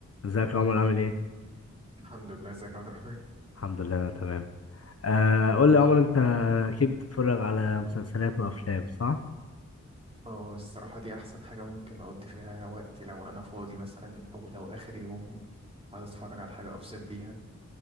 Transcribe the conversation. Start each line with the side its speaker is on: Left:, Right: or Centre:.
Left: ازيك يا عمر عامل ايه؟
Right: الحمد لله ازيك يا عبد الرحمن
Left: الحمد لله انا تمام آه قول لي يا عمر انت اكيد بتتفرج على مسلسلات وافلام صح؟
Right: اه الصراحة دي أحسن حاجة ممكن أقضي فيها وقتي لو أنا فاضي مثلا أو لو آخر يوم عايز أتفرج على حاجة أفصل بيها